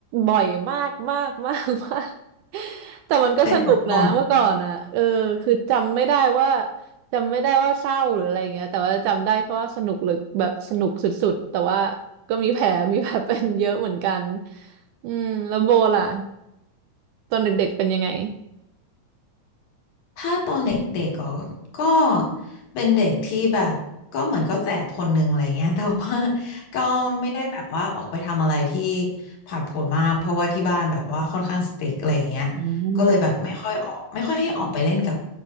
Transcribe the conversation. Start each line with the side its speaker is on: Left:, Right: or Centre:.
Right: บ่อยมากมากมากมาก แต่มันก็สนุกนะเมื่อก่อนอ่ะเออคือจำไม่ได้ว่า
Left: เป็นเด็กตอน
Right: จำไม่ได้ว่าเศร้าหรืออะไรเงี้ยแต่ว่าจำได้แค่ว่าสนุกหรือแบบสนุกสุดๆแต่ว่าก็มีแผลมีแผลเป็นเยอะเหมือนกันอืมแล้วโบล่ะตอนเด็กๆเป็นยังไง
Left: ถ้าตอนเด็กๆก็ก็เป็นเด็กที่แบบก็เหมือนก็แสบคนหนึ่งอะไรเงี้ยแต่ว่า <laughs> ก็ไม่ได้แบบว่าออกไปทำอะไรที่ผาดโผนมากเพราะว่าที่บ้านแบบว่าค่อนข้างสตริกอะไรเงี้ย
Right: อืม
Left: ก็เลยแบบไม่ค่อยออกไม่ค่อยให้ออกไปเล่นกับ